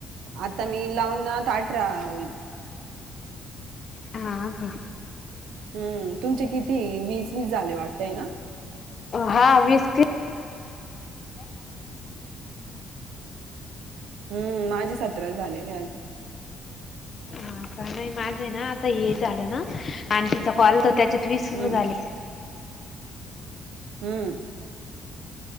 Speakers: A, on the right; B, on the left.
A: आता मी लावून अ अठरा होईन.
B: हा का.
A: हम्म, तुमचे किती वीस वीस झाले वाटतय ना.
B: हा वीस तीस.
A: हम्म, माझे सतरा झालेले अजून.
B: ह का नाही माझे ना आता हे झालं ना, आणि तिचा कॉल तर त्याच्यात वीसच
A: हं,
B: झाले.
A: हम्म.